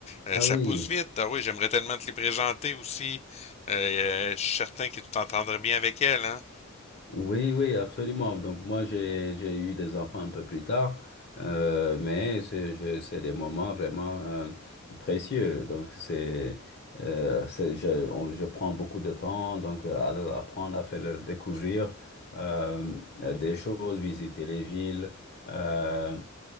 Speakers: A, on the left; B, on the left.
A: euh,
B: Ah
A: ça
B: oui.
A: pousse vite. Ah oui, j'aimerais tellement te les présenter aussi. Euh, euh, je suis certain que tu t'entendrais bien avec elles, hein.
B: Oui, oui, absolument. Donc moi, j'ai j'ai eu des enfants un peu plus tard, euh, mais c'est je- c'est des moments vraiment euh, précieux. Donc c'est euh, c'est je, on- je prends beaucoup de temps donc euh, à leur apprendre, à faire leur découvrir euh, des choses, visiter les villes, euh,